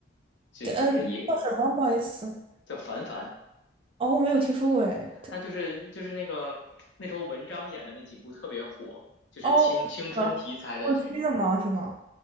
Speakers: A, on the left; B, on the right.
A: 就就是也
B: 嗯，叫什么？不好意思，
A: 叫凡凡
B: 哦，我没有听说过哎。
A: 他就是就是那个那时候文章演的那几部特别火，就是青青春题材的剧，
B: 哦，呃，过期的吗？是吗？